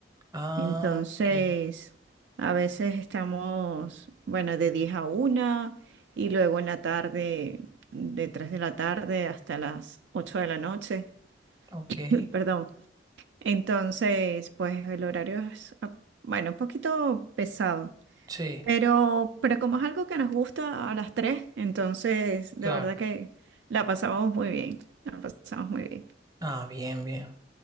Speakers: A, on the right (about 20°); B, on the right (about 70°).
A: Ah,
B: Entonces,
A: ok,
B: a veces estamos, bueno, de 10 a una y luego en la tarde, de 3 de la tarde hasta las 8 de la noche,
A: ok.
B: <laughs> perdón. Entonces, pues el horario es, ah, bueno, un poquito pesado,
A: Sí,
B: pero, pero como es algo que nos gusta a las tres entonces de
A: claro.
B: verdad que la pasamos muy bien, la pasamos muy bien.
A: Ah, bien, bien.